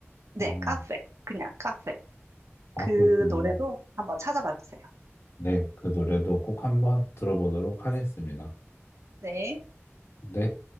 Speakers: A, on the right (about 75°); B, on the left (about 60°).
A: 네,
B: 어,
A: 카페. 그냥 카페.
B: 아,
A: 그
B: 그렇군요.
A: 노래도 한번 찾아봐 보세요.
B: 네, 그 노래도 꼭 한번 들어보도록 하겠습니다.
A: 네.
B: 네.